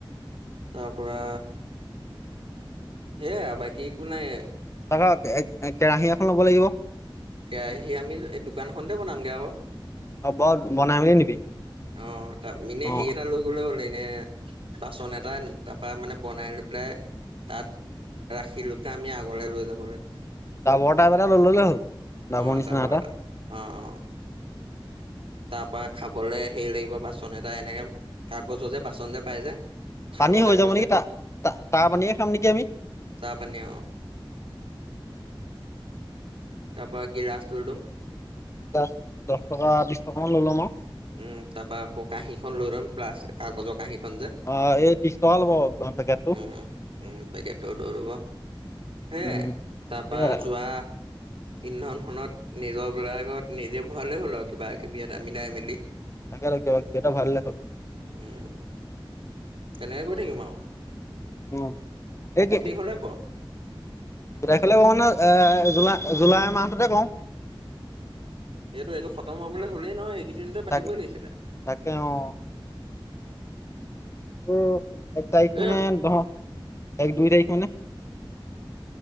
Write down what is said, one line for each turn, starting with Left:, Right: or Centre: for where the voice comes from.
Right: তাৰপৰা সেইয়াই বাকী একো নাই।
Left: তাৰপৰা কে--কেৰাহী এখন ল'ব লাগিব।
Right: কেৰাহী আমি এই দোকানখনতে বনামগে আৰু।
Left: আৰু বৰ বনাই মেলি নিবি
Right: অ', তাৰ মিনে
Left: অ
Right: হেৰি এটা ল তোলৌ লিনে বাচন এটা তাৰপা মানে বনাই লৈ পেলাই তাত ৰাখিলোঁতা, আমি আগলে লৈ যাবলে।
Left: ডাৱৰ তাপ এটা লৈ ললে হ'ল। ডাবৰ
Right: অঁ,
Left: নিচিনা
Right: ডাৱৰ এটা। অঁ, অঁ। তাৰপা খাবলে হেৰি লাগিব, বাচন এটা এনেকে কাগজ যে বাচন যে পাই যে। থালৰ
Left: পানী হৈ
Right: টাইপৰ
Left: যাব নেকি
Right: যে
Left: তাত্‌? তা, তাৰ পানীয়ে খাম নেকি আমি?
Right: তাৰপানী অঁ'। তা পা গিলাছ লৈ লম।
Left: তাত্‌ দহটকা বিশটকা মান লৈ ল'ম আও।
Right: উম, তাপা আকৌ কাঁহীখন লৈ লম। প্লাছ কাগজৰ কাঁহীখন যে।
Left: অ এই ত্ৰিশ টকা ল'ব পেকেটটো
Right: উম, উম উম পেকেতটো লৈ লবা। হেয়ে
Left: উম
Right: তা
Left: সেয়াই
Right: পা যোৱা ইন্ধনখনত নিজৰ বিলাকত নিজে ভৰালেই হ'ল আও কিবা-কিবি এটা মিলাই -মেলি।
Left: তাকেটৌ, কিবা-কিবি এটা ভৰাই ললেই হ'ল।
Right: উম। তেনেকে গৈ থাকিম আও।
Left: উম, এ টি এম
Right: হলে ক?
Left: গোটেই খালে কঁৱুনা? এ-জুলাই, জুলাই মাহটোতে কৰোঁ।
Right: এইটো, এইটো খতম হবলৈ হলেই নহয়। এইকেইদিনতে পাতিবই
Left: তাকে
Right: লাগিছিলে।
Left: তাকে অ অঁ, এক তাৰিখ মানে?
Right: এ
Left: নহয়, এক -দুই তাৰিখ মানে?